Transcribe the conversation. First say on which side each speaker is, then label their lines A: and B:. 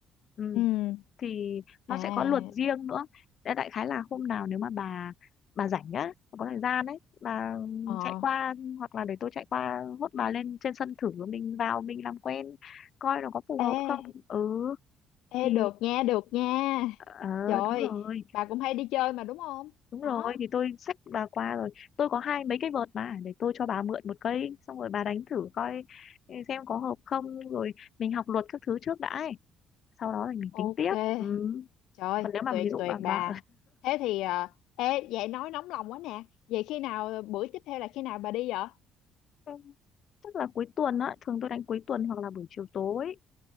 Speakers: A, on the left (about 45°); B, on the left (about 85°).
A: ừ
B: ừ,
A: thì nó
B: à,
A: sẽ có luật riêng nữa Thế đại khái là hôm nào nếu mà bà bà rảnh á bà có thời gian ấy bà
B: ờ,
A: chạy qua hoặc là để tôi chạy qua hốt bà lên trên sân thử mình vào mình làm quen coi nó có phù
B: ê,
A: hợp không ừ
B: ê,
A: thì
B: được nha, được nha.
A: ờ
B: Trời,
A: đúng rồi
B: bà cũng hay đi chơi mà đúng không?
A: đúng rồi
B: Đó,
A: thì tôi xách bà qua rồi tôi có hai mấy cái vợt mà để tôi cho bà mượn một cây xong rồi bà đánh thử coi ừ, xem có hợp không rồi mình học luật các thứ trước đã ấy. sau đó thì mình
B: ok.
A: tính tiếp ừ.
B: Trời,
A: còn nếu mà
B: tuyệt
A: ví dụ
B: tuyệt
A: bà
B: bà.
A: bà
B: Thế thì, à, ê, vậy nói nóng lòng quá nè. Vậy khi nào, bữa tiếp theo là khi nào bà đi vậy?
A: Ừ, chắc là cuối tuần á thường tôi đánh cuối tuần hoặc là buổi chiều tối